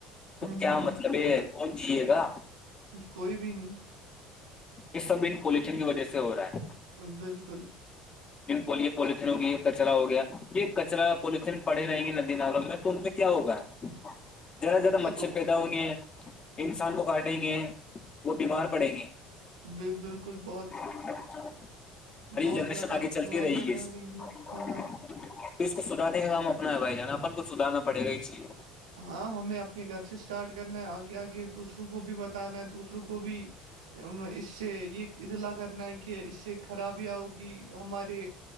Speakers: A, on the left (about 30°); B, on the right (about 90°).
A: تو
B: ہوں
A: کیا
B: ہوں ہوں
A: مطلب ہے یہ کون جیے گا
B: کوئی بھی نہیں
A: یہ سب ان پولتھن کی وجہ سے ہو رہا ہے
B: بالکل
A: جن پلیے پولیتھین ہوگی یہ کچرا ہو گیا یہ کچرا پولیتھین پڑے رہیں گے ندی نالوں میں تو کیا ہوگا
B: <inaudible> <inaudible>
A: زیادہ زیادہ
B: وہ
A: مچھر
B: تو
A: پیدا ہوں گے انسان کو کاٹیں گے وہ بیمار پڑیں گے
B: ب بالکل بہت
A: <inaudible> اور
B: بہت
A: یہ جنریشن
B: زیادہ
A: آگے چلتی
B: بیماریاں
A: رہے
B: پھیلیں
A: اس
B: گی ہاں ہاں
A: تو اس کو سدھارنے کا کام اپنا ہے بھائی جان اپن کو سدھارنا پڑے گا یہ چیز
B: ہاں ہمیں اپنے گھر سے اسٹارٹ کرنا ہے آگے آگے دوسروں کو بھی ب تانا دوسروں کو بھی اس سے یہ اطلاع کرنا ہے کہ کہ اس سے خرابیاں ہوگی ہمارے